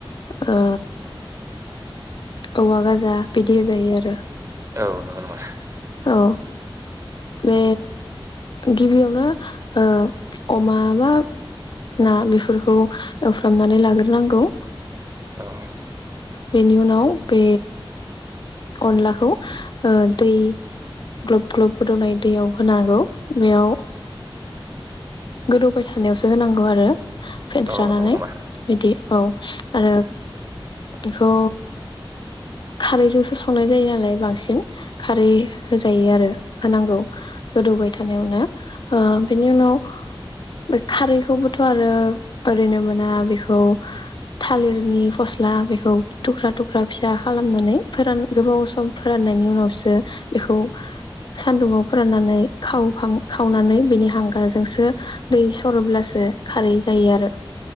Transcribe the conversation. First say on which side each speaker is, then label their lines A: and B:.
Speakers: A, on the left (about 55°); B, on the right (about 35°).
A: ओ औवा गाजा बिदि होजायो आरो।
B: औ नंगौ नामा?
A: औ। बे गिबियावनो ओ अमा बा ना बेफोरखौ एवफ्रामनानै लाग्रोनांगौ।
B: <inaudible>
A: बेनि उनाव बे अनलाखौ ओ दै ग्लुब ग्लुब गोदौनाय दैयाव होनांगौ बेयाव गोदौबाय थानायावसो होनांगौ आरो। फेन्स्रानानै
B: औ नंगौ नामा
A: बिदि। औ। आरो बेखौ खारैजोंसो संनाय जायो नालाय बांसिन खारै होजायो आरो होनांगौ गोदौबाय थानायावनो। ओ बेनि उनाव बे खारैखौबोथ' आरो ओरैनो मोना बेखौ थालिरनि फस्ला बे खौ थुख्रा थुख्रा फिसा खालामनानै फोरान गोबाव सम फोराननायनि उनावसो बेखौ सानदुंआव फोराननानै खावखां खावनानै बेनि हांगारजोंसो दै सरोब्लासो खारै जायो आरो।